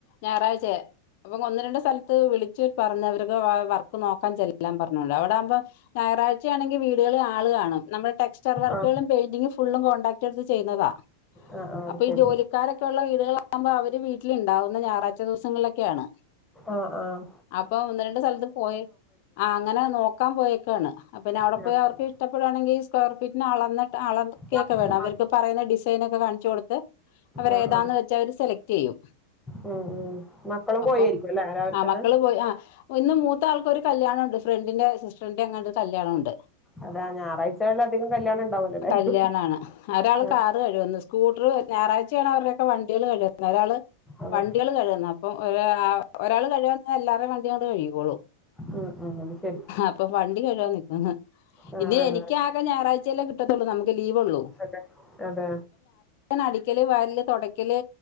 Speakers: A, on the left (about 50°); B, in the centre.
A: ഞായറാഴ്ചയാ അപ്പ അങ്ങ് ഒന്ന് രണ്ട് സ്ഥൽത്ത് വിളിച്ച് പറഞ്ഞവര്ക്ക് വർക്ക് നോക്കാൻ ചെല്ലാൻ പറഞ്ഞോളൂ അവടാവുമ്പോ ഞായറാഴ്ചയാണെങ്കി വീടുകള് ആള് കാണും നമ്മൾ ടെക്സ്റ്റർ വർക്കുകളും
B: ആ
A: പെയിന്റിംഗ് ഫുള്ളും കോൺടാക്ട് എടുത്ത് ചെയ്യുന്നതാ
B: ആ ആ അത്
A: അപ്പൊ
B: ശരി
A: ഈ ജോലിക് ജോലി ക്കാരൊക്കെ ഉള്ള വീടുകളാകുമ്പോ അവര് വീട്ടില് ണ്ടാവും ന്ന് ഞായറാഴ്ച ദിവസങ്ങളിലൊക്കെയാണ്
B: ആഹ് ആഹ്
A: അപ്പൊ ഒന്ന് രണ്ട് സ്ഥലത്ത് പോയി ആ അങ്ങനെ നോക്കാൻ പോയേക്കേണ് പിന്നെ
B: ഉം.
A: അവ്ടെ പോയി അവർക്ക് ഇഷ്ടപ്പെടുവാണെങ്കി ഈ സ്ക്വയർ ഫീറ്റിന് അളന്നട്ട് അള കേക്ക
B: ആ ആ
A: വേണം അവർക്ക് പറയുന്ന ഡിസൈനൊക്കെ കാണിച്ചു കൊടുത്ത് അവർ
B: ആ ആ
A: ഏതാന്ന്
B: ആ.
A: വെച്ചാൽ അവര് സെലക്ട് ചെയ്യും
B: ഉം ഉം മക്കളും
A: അപ്പൊ
B: പോയേരിക്കും ല്ലേ രാവിൽ
A: ആ
B: തന്നെ
A: മക്കള് പോയി ആ ഓ ഇന്ന് മൂത്ത ആൾക് ഒരു കല്യാണം ഉണ്ട് ഫ്രണ്ടിന്റെ സിസ്റ്ററിന്റെങ്ങനൊ ഒരു കല്യാണം ഉണ്ട്
B: അതാ ഞായറാഴ്ചകളിൽ അധികം കല്യാണം ഉണ്ടാവൂലോ എല്ലാവർക്കും
A: കല്യാണാണ് ഒരാള്
B: ആ
A: കാറ് കഴ്കുന്ന് സ്‌ സ്കൂട്ടറ് ഞായറാഴ്ചയാണ് അവരുടെ ഒക്കെ വണ്ടികള് കഴ്കുന്നത് ഒരാള്
B: അതെ
A: വണ്ടികൾ കഴ്ക്ന്നു അപ്പം ഒ ആ ഒരാള് കഴ്കാന്നാ എല്ലാരേം വണ്ടി അങ്ങട്ട് കഴികി കോളും
B: ഉം ഉം അത് ശരി
A: അപ്പൊ വണ്ടി കഴ്കാൻ നിക്കാണ്
B: ആ
A: പിന്നെ
B: ആ
A: എനിക്ക് ആകെ ഞായറാഴ്ചയല്ലേ കിട്ടത്തുള്ളൂ നമുക്ക് ലീവ് ഉള്ളൂ
B: അതെ അതെ
A: ൻ അടിക്കല് വാരല് തൊടക്കല്